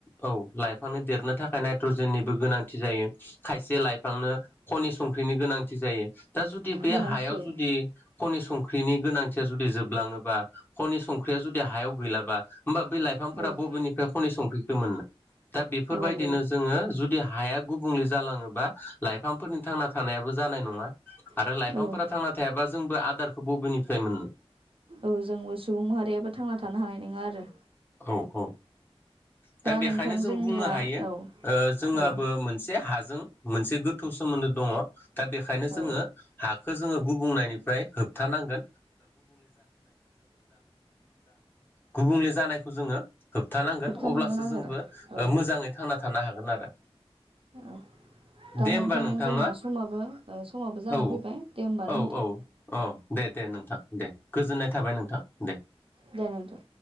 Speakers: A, on the left; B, on the right.
A: औ लाइांनो देरनो थाखाय नायट्रजेननिबो गोनांथि जायो खायसे लाइफांनो खनि संख्रिनि गोनांथि जायो दा जुदि बे
B: गोनांथि
A: हायाव
B: जायो आरो
A: जुदि खनि संख्रि संख्रिनि गोनांथिया जुदि जोबलाङोबा ख'नि संख्रिया जुदि हायाव गैलाबा होमबा बै
B: अब्ला
A: लाइफांफोरा
B: बै
A: बबेनिफ्राय ख'नि संख्रिखौ मोननो दा बेफोरबायदिनो
B: मोननो औ
A: जोङो जुदि हाया गुबुंले जालाङोबा लाइफांफोरनि थांना थानायाबो जानाय नङा आरो
B: बेनो
A: लाइफांफोरा थांना थायाबा जोंबो आदारखौ बबेनिफ्राय मोननो
B: औ जोंबो सुबुं माहारियाबो थांना थानो हानाय नङा आरो।
A: औ औ दा बेखायनो
B: नोंथां
A: जों
B: जोंनिया
A: बुंनो हायो
B: औ
A: ओ जोंहाबो
B: औ
A: मोनसे हाजों मोनसे गोथौ सोमोन्दो दङ दा बेखायनो जोङो
B: औ
A: हाखौ जोङो गुबुंनायनिफ्राय होबथानांगौ गुबुंले जानायखौ जोङो होबथानो
B: होबथानांगोन
A: अब्लासो
B: आरो
A: जोंबो
B: औ
A: ओ मोजाङै थांना थानो हागोन आरो।
B: औ दा
A: दे
B: नोंथां
A: होमबा नोंथांना
B: जोंना समाबो समाबो जाना
A: औ
B: फैबाय दे होमबा
A: औ
B: ना नोंथां
A: औ औ। दे दे नोंथां दे गोजोननाय थाबाय नोंथां दे।
B: दे नोंथां।